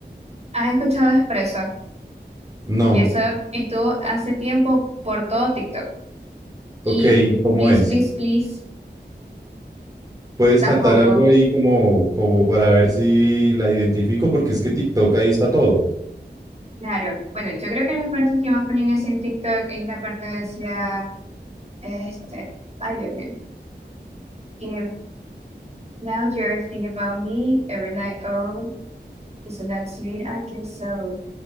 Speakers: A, on the right; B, on the right.
A: Has escuchado Espresso,
B: No.
A: que eso estuvo hace tiempo por todo TikTok. Y
B: Ok, ¿y ¿cómo
A: Please,
B: es?
A: Please, Please,
B: ¿Puedes
A: tampoco.
B: cantar algo ahí como, como para ver si la identifico? Porque es que TikTok ahí está todo.
A: Claro, bueno, yo creo que las partes que más ponen así en TikTok es la parte de hacia Este, ay, Dios mío. Y now you're thinking about me every night. Oh, isn't that sweet? I guess so.